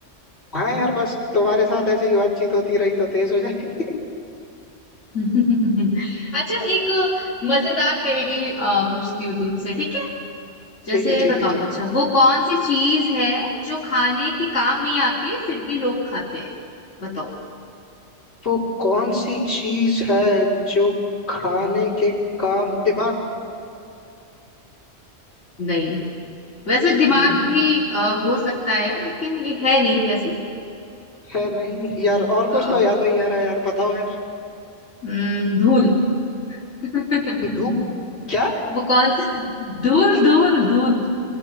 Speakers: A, on the left; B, on the left.
A: हाँ यार बस तुम्हारे साथ ऐसी ही बातचीत होती रही तो तेज हो जाए
B: <laughs> अच्छा एक मजेदार पहेली अ, पूछती हूँ तुमसे ठीक है जैसे
A: ठीक है ठीक
B: बताओ
A: है ठीक
B: अच्छा वो कौन सी चीज है जो खाने के काम नहीं आती है फिर भी लोग खाते हैं बताओ
A: है। वो कौन सी चीज है जो खाने के काम दिमाग
B: नहीं वैसे दिमाग
A: नहीं
B: भी अ, हो सकता है लेकिन ये है नहीं वैसे
A: है नहीं यार और
B: अ,
A: कुछ तो याद नहीं आ रहा यार बताओ यार
B: हम्म, धूल <laughs>
A: धूप क्या
B: वो कौन सी धूल धूल धूल